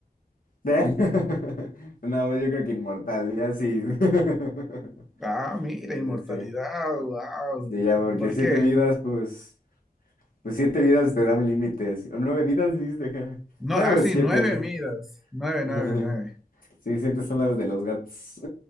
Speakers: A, on the left (about 60°); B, in the centre.
A: <laughs> No, pues yo creo que inmortal, ya sí. <laughs>
B: Ah, mira,
A: Sí,
B: inmortalidad,
A: sí, sí.
B: wow.
A: Sí, ya, porque
B: ¿Y por
A: siete
B: qué?
A: vidas, pues, pues siete vidas te da un límite, así. O nueve vidas, dijiste, ja.
B: No,
A: Nueve
B: ah, sí,
A: o siete.
B: nueve
A: no sé.
B: vidas. Nueve,
A: Ajá.
B: nueve, nueve.
A: <laughs> Sí, siete son las de los gatos.